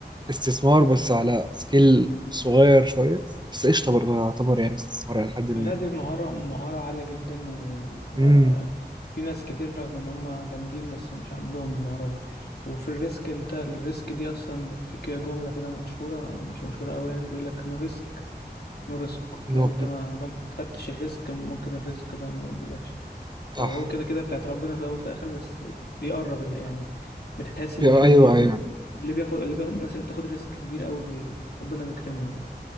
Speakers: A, on the right (about 25°); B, on the left (about 70°).
A: استثمار بس على سكيل صغير شويه بس قشطه برضه يعتبر يعني استثمار الى حد ما
B: لا دي مهارة مهارة عالية جدا و... وفي
A: امم
B: ناس كتير رغم ان هم جامدين بس مش عندهم المهارة دي وفي الريسك انت الريسك دي اصلا في كده جملة كده مشهورة او مش مشهورة قوي يعني بيقول لك نو ريسك نو ريسك
A: المفروض-
B: لو انت ما عملت خدتش الريسك ممكن الريسك ده ما يجيلكش
A: صح
B: او هو كده كده بتاعت ربنا في الاول وفي الاخر بس بيقرب اللي يعني بتحس ان
A: ايوه
B: في
A: ايوه
B: اللي بياخد اللي بياخد الناس اللي بتاخد ريسك كبير قوي بي... ربنا بيكرمهم يعني